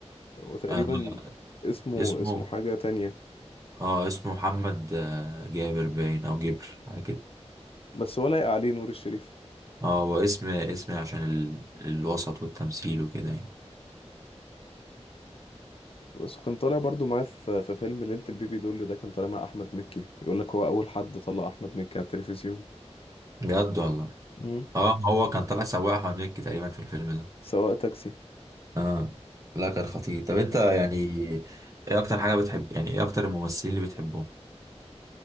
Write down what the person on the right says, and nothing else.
آه، نور-
اسمه
اه اسمه محمد آه، جابر باين او جبر حاجة كده
اه هو اسم اسم عشان ال... الوسط والتمثيل وكده يعني
بجد والله
اه هو كان طالع سواق احمد مكي تقريبا في الفيلم ده
اه لا كان خطير طب انت يعني ايه اكتر حاجة بتحب يعني ايه اكتر الممثلين اللي بتحبهم